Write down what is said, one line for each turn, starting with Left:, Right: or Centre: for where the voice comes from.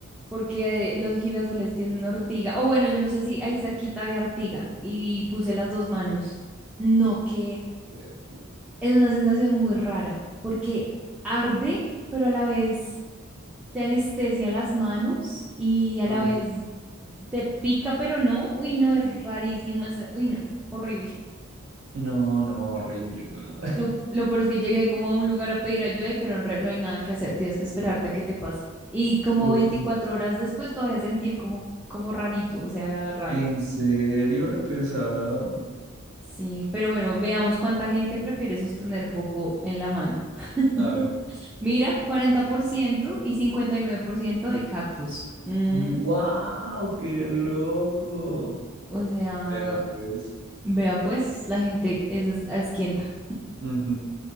Centre: porque eh, los girasoles tienen ortiga. O bueno, yo no sé si ahí cerquita había ortiga y puse las dos manos. No, que
Right: <sniffs>
Centre: es una sensación muy rara, porque arde, pero a la vez te anestesia las manos y a
Right: Uh,
Centre: la vez te pica, pero no. Uy, no, es rarísimo. es- Uy, no, horrible.
Right: No, no, horrible, weón.
Centre: Lo, lo peor es que llegué como a un lugar a pedir ayuda y fueron re, no hay nada que hacer, tienes que esperarte a que te pase. Y como
Right: <laughs> uh,
Centre: veinticuatro horas después todavía sentía como, como rarito, o sea, era raro.
Right: ¿En serio repesado?
Centre: Sí, pero bueno, veamos cuánta gente prefiere sostener popo en la mano. <laughs>
Right: A ver.
Centre: Mira, 40% y 59% del cactus. Mm,
Right: ¡Wow! ¡Qué loco!
Centre: o sea,
Right: Vea, pues.
Centre: vea pues, la gente es, es asquienta.
Right: Ujú,